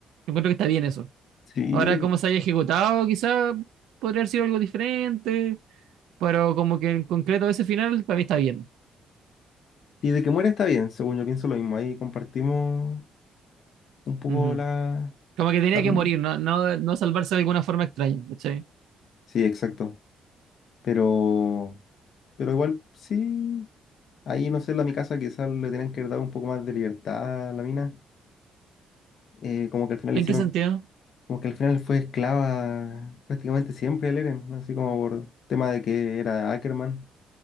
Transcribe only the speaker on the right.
encuentro que está bien eso.
Ahora,
cómo se haya ejecutado, quizá podría haber sido algo diferente. pero como que en concreto ese final para mí está bien.
Ujú.
Como que tenía
que morir, no, no, no salvarse de alguna forma extraña, ¿cachai?
¿En
qué sentido?